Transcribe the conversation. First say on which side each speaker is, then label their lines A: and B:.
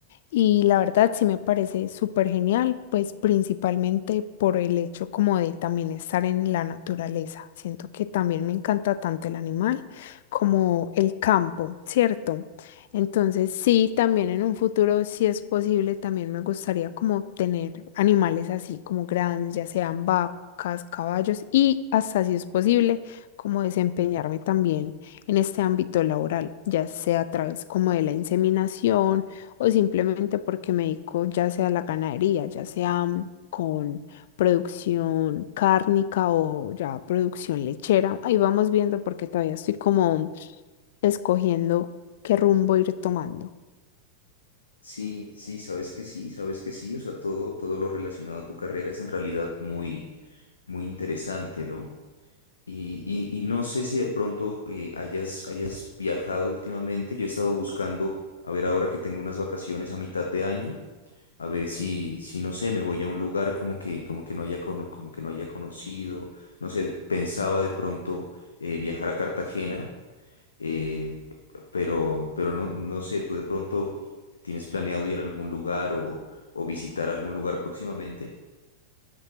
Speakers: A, on the left; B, on the left.
A: y la verdad sí me parece súper genial, pues principalmente por el hecho como de también estar en la naturaleza. Siento que también me encanta tanto el animal como el campo, ¿cierto? Entonces, sí, también en un futuro, si es posible, también me gustaría como tener animales así como grandes, ya sean vacas, caballos y hasta si es posible, como desempeñarme también en este ámbito laboral, ya sea a través como de la inseminación o simplemente porque me dedico ya sea a la ganadería, ya sea mm, con producción cárnica o ya producción lechera. Ahí vamos viendo porque todavía estoy como escogiendo qué rumbo ir tomando?
B: Sí, sí, sabes que sí, sabes que sí, o sea, todo, todo lo relacionado a tu carrera es en realidad muy, muy interesante, ¿no? Y, y, y no sé si de pronto eh, hayas, hayas viajado últimamente, yo he estado buscando, a ver, ahora que tengo unas vacaciones a mitad de año, a ver si, si no sé, me voy a un lugar como que, como que no haya, cono- como que no haya conocido, no sé, pensaba de pronto eh, viajar a Cartagena eh, pero, pero no, no sé, tú de pronto tienes planeado ir a algún lugar o, o visitar algún lugar próximamente.